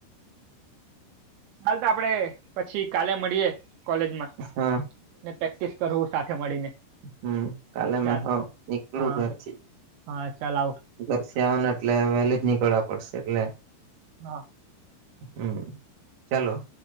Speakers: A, on the right; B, on the right.
A: ચાલ તો આપડે પછી કાલે મળીએે. કોલેજમાં
B: હા
A: પ્રેક્ટિસ કરું સાથે મળીને.
B: હમ્મ, કાલે
A: ચાલ
B: મેં હો એકલું
A: હા
B: ઘરથી.
A: હા ચાલ આઉ.
B: ધેરથી આવાનું એટલે વહેલ જ નીકળવા પડશે એટલે.
A: હા.
B: હમ્મ, ચાલો.